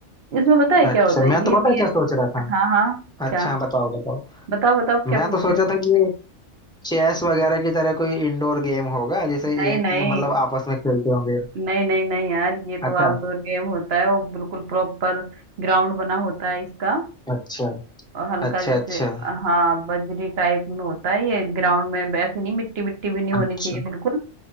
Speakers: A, on the right; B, in the centre.
A: इसमें पता है
B: अच्छा
A: क्या होता है
B: मैं तो
A: ये
B: पता
A: मेन
B: है क्या सोच रहा था
A: हाँ हाँ क्या
B: अच्छा हाँ, बताओ बताओ
A: बताओ बताओ क्या
B: मैं
A: पूछ
B: तो सोचा
A: रहे थे
B: था कि चेस वगैरह की तरह कोई इंडोर गेम होगा जैसे
A: नहीं
B: एक
A: नहीं
B: मतलब आपस में खेलते होंगे
A: नहीं नहीं नहीं यार ये
B: अच्छा
A: तो आउटडोर गेम होता है और बिल्कुल प्रॉपर ग्राउंड बना होता है इसका
B: अच्छा
A: और हल्का
B: अच्छा
A: जैसे
B: अच्छा
A: हाँ बजरी टाइप में होता है ये ग्राउंड में ऐसे नहीं मिट्टी मिट्टी भी नहीं होनी
B: अच्छा
A: चाहिए बिल्कुल